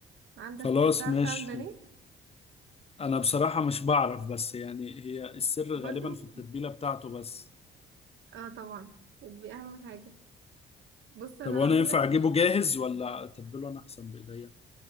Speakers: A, on the right; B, on the left.
A: عندك
B: خلاص
A: بتعرف
B: ماشي
A: تعمل بانيه
B: انا بصراحة مش بعرف بس يعني هي السر غالبا
A: برضو
B: في التتبيلة بتاعته بس
A: <laughs> اه طبعا دي اهم حاجة بص
B: طب
A: انا
B: وانا
A: هقولك
B: ينفع اجيبه جاهز ولا اتبله انا احسن بايديا؟